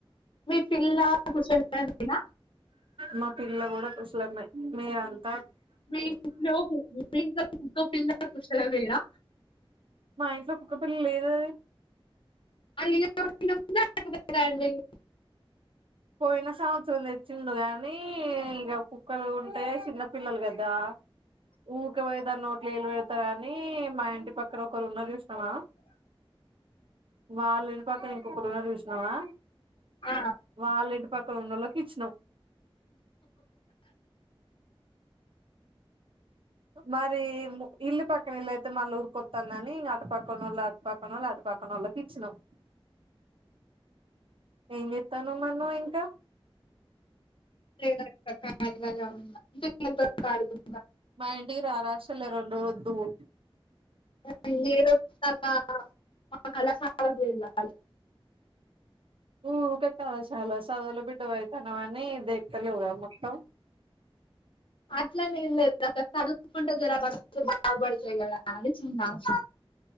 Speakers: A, on the left; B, on the right.
A: మీ పిల్లా కుశలమేనా
B: మా పిల్ల కూడా కుశలమే మీరంత్
A: మీ ఇంట్లో మీ ఇంట్లో కుక్క పిల్ల కుశలమేనా
B: మా ఇంట్లో కుక్క పిల్ల లేదదే
A: <inaudible>
B: పోయిన సంవత్సరం తెచ్చిండు గాని ఇగ కుక్కలు ఉంటయో చిన్న పిల్లలు గదా ఊక పోయిదాన్ నోట్ల ఎల్ వెడ్త్ టారనీ మా ఇంటి పక్కన ఒక్లోల్ ఉన్నవ్ చూసినవా వాళ్లింట్ ఇంటిపక్కన్ ఇంకొకర్ ఉన్నావ్ చూసినవా
A: ఆ
B: వాళ్ ఇంటి పక్కన ఉన్నోలక్ ఇచ్చినాం మరి ఇల్లు పక్కన ఇళ్లైతే మళ్ ఊరికొత్తందనీ ఇంగ్ అటు పక్కనోళ్ళ పక్కనోల్ అట్ పక్కనోల్కిచ్చినం ఏం చేత్తన్నావ్ మార్ నువ్ ఇంకా
A: లేదక్క కాదు కద సిగ్నల్తో <inaudible>
B: మా ఇంటికి రారాషేల్ రోండ్ రోజుల్ ఉండువు
A: మాక్ <inaudible> కదా మా కళాశాలక్ వెళ్ళాలి
B: ఊకే చాల చదువుల బిడ్డవి అయిపోయినవాని దేక్క లేవుగా మొత్తం
A: అట్లానే ఏం లేదు చదువుకుంటే జర బతుకులు బాగుపడతాయి కదా అని చిన్న ఆశ